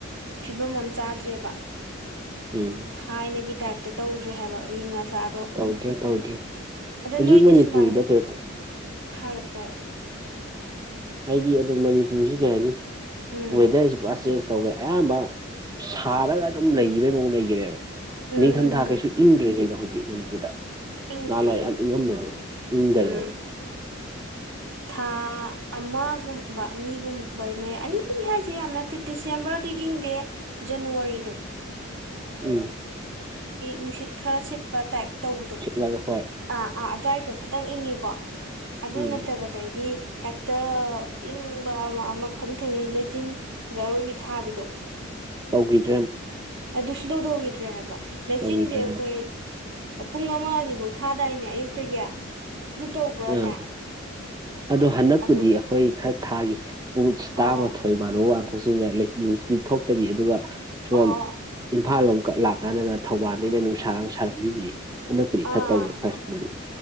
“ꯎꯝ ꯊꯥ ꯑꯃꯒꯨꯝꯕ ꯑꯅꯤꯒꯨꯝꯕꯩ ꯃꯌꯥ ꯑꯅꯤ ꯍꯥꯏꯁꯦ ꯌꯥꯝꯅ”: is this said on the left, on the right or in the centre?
Right